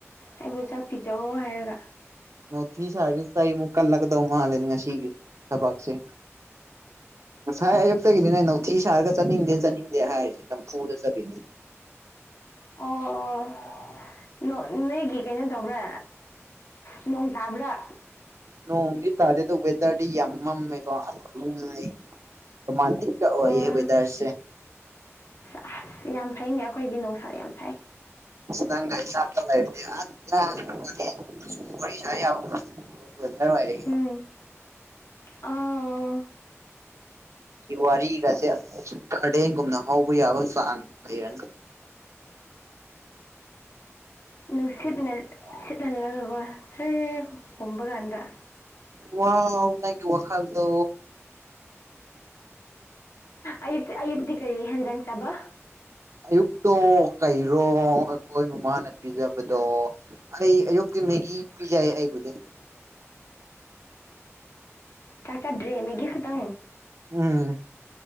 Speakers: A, on the left; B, on the right.
A: ꯑꯩꯕꯨ ꯆꯥꯛ ꯄꯤꯖꯑꯣ ꯍꯥꯏꯔꯒ
B: ꯊꯤ ꯁꯥ ꯁꯨꯛ ꯀꯂ ꯀꯗꯧ ꯃꯥ ꯂꯅꯤ ꯁꯤ ꯊꯁꯦ ꯉꯁꯥꯏ ꯑꯌꯨꯛꯇꯒꯤꯗꯤꯅꯦ ꯅꯧꯊꯤ ꯁꯥꯔꯒ ꯆꯠꯅꯤꯡꯗꯦ ꯆꯠꯅꯤꯡꯗꯦ ꯍꯥꯏꯔꯤꯁꯦ ꯅꯝꯐꯨꯗ ꯆꯠꯈꯤꯅꯦ
A: ꯑꯣ ꯅꯣꯏꯒꯤ ꯀꯩꯅꯣ ꯇꯧꯕ꯭ꯔꯥ ꯅꯣꯡ ꯇꯥꯕ꯭ꯔꯥ
B: ꯅꯣꯡꯗꯤ ꯇꯥꯗꯦ ꯑꯗꯨꯗꯣ ꯋꯦꯗꯔꯗꯤ ꯌꯥꯝ ꯃꯝꯃꯦꯀꯣ ꯅꯨꯡꯉꯥꯏ ꯔꯣꯃꯥꯟꯇꯛ ꯀ
A: ꯑꯣ
B: ꯌꯥ ꯖꯔꯁꯦ
A: ꯑꯁ ꯌꯥꯝ ꯐꯩꯅꯦ ꯑꯩꯈꯣꯏꯗꯤ ꯅꯨꯡꯁꯥ ꯌꯥꯝ ꯁꯥꯏ
B: ꯅꯥꯏ ꯆꯀꯂꯔꯗꯤꯔꯤꯁ ꯌꯥꯎ ꯊꯔ ꯍꯥꯏꯔꯦ
A: ꯎꯝ ꯑꯥ
B: ꯋꯥꯔꯤꯒꯁꯦ ꯒꯥꯔꯗꯦꯟꯒꯨꯝꯅ ꯍꯧꯕ ꯌꯥꯕ ꯆꯥꯡ ꯂꯩꯔꯅꯤ
A: ꯅꯨꯡꯁꯤꯠ ꯁꯤꯠꯍꯜꯂꯒꯀꯣ ꯁ꯭ꯔꯦ ꯍꯣꯕ ꯀꯥꯟꯗ
B: ꯋꯥ ꯅꯪꯒꯤ ꯋꯥꯈꯜꯗꯣ
A: ꯑꯌꯨ ꯑꯌꯨꯛꯇꯤ ꯀꯔꯤ ꯍꯦꯟꯖꯥꯡ ꯆꯥꯕ
B: ꯑꯌꯨꯛꯇꯣ ꯀꯩꯔꯣ ꯑꯩꯈꯣꯏ ꯃꯃꯥꯅ ꯄꯤꯖꯕꯗꯣ ꯑꯩ ꯑꯌꯨꯛꯛꯇ ꯃꯦꯒꯤ ꯄꯤꯖꯥꯏ ꯑꯩꯕꯨꯗꯤ
A: ꯇꯥꯛꯇꯥꯔ ꯗ꯭ꯔꯔꯤ ꯃꯦꯒꯦ ꯈꯪ
B: ꯎꯝ